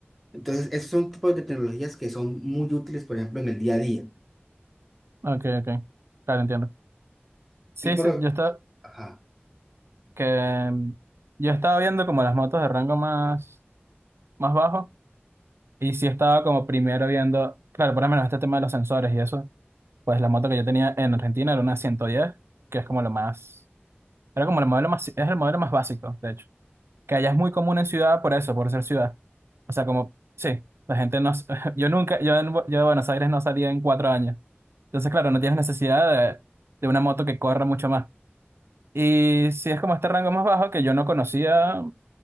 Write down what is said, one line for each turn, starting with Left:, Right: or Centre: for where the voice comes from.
Centre: Entonces, esos son tipos de tecnologías que son muy útiles, por ejemplo, en el día a día.
Right: Ok, ok. Claro, entiendo. Sí,
Centre: Y por...
Right: sí, yo estaba,
Centre: Ajá,
Right: que, yo estaba viendo como las motos de rango más, más bajo. Y sí estaba como primero viendo, claro, por lo menos este tema de los sensores y eso. Pues la moto que yo tenía en Argentina era una 110, que es como lo más, era como el modelo más, es el modelo más básico, de hecho. Que allá es muy común en ciudad por eso, por ser ciudad. O sea, como, sí, la gente no... s- <laughs> Yo nunca, yo, en Bu- yo de Buenos Aires no salía en cuatro años. Entonces, claro, no tienes necesidad de, de una moto que corra mucho más. Y si es como este rango más bajo que yo no conocía,